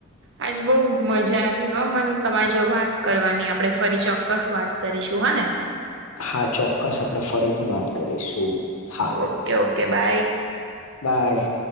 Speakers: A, on the right; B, on the left.
A: આજ બો મજા આવી હા મને તમારે જોડે વાત કરવાની આપણે ફરી ચોક્કસ વાત કરીશું હા ને.
B: હા ચોક્કસ આપણે ફરીથી વાત કરીશું. હા
A: ઓકે ઓકે બાય.
B: બાય.